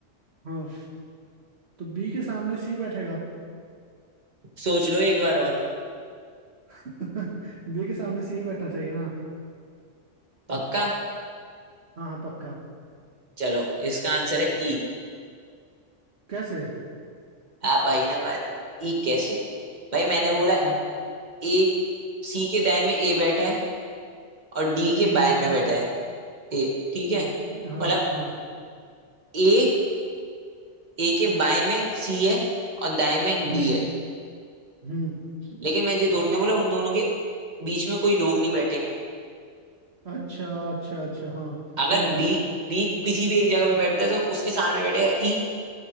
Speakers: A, on the right; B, on the right.
A: हाँ तो बी के सामने सी बैठेगा
B: सोच लो एक बार और
A: <laughs> बी के सामने सी ही बैठना चाहिए ना
B: पक्का
A: हाँ हाँ पक्का
B: चलो इसका आंसर है ई
A: कैसे
B: अब भाई ना बात ई कैसे भाई मैंने बोला
A: हाँ
B: एक सी के दाएं में ए बैठा है और डी के
A: सी के
B: बाएं
A: दांत
B: में
A: नहीं
B: बैठा है
A: बैठा।
B: ए ठीक है
A: B- हाँ
B: मतलब
A: हाँ हाँ।
B: ए ए के बाएं में सी है और दाएं में
A: हम्म
B: डी है
A: हम्म
B: लेकिन मैं ये थोड़ी ना बोला उन दोनों के बीच में कोई लोग नहीं बैठे हैं
A: अच्छा अच्छा अच्छा हाँ
B: अगर
A: सही कहा
B: बी बी किसी भी एक जगह पे बैठता है तो उसके सामने बैठेगा ई